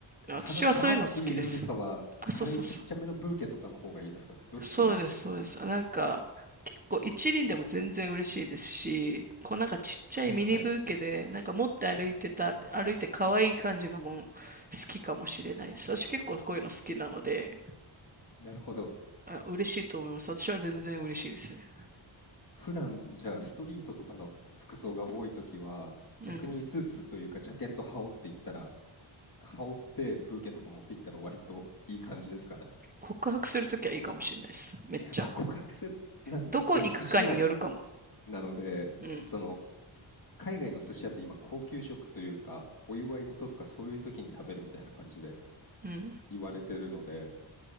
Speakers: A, on the right; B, on the left.
A: 私はそういうの好きです。
B: 花束っていうよりかは、
A: あ、
B: 軽いちっちゃめのブーケとかの方がいいですかね。
A: そうそうそう。
B: どっちがいいと思いますか。
A: そうです、そうです。なんか、結構一輪でも全然嬉しいですし、こうなんかちっちゃいミニブーケで、
B: はいはい。
A: なんか持って歩いてた、歩いて可愛い感じのも好きかもしれないです。私結構こういうの好きなので、
B: なるほど。
A: あ、嬉しいと思います。私は全然嬉しいですね。
B: 普段じゃあストリートとかの服装が多いときは、逆にスーツというかジャケット羽織っていったら
A: うん。
B: 羽織ってブーケとか持って行ったら割といい感じですかね。
A: 告白するときはいいかもしれないです。めっちゃ。
B: あ、告白する、なんか、
A: どこ行くかによるかも。
B: でも寿司屋なので、
A: うん。
B: その、海外の寿司屋って今高級食というか、お祝い事とかそういう時に食べるみたいな感じで
A: うん。
B: 言われてるので、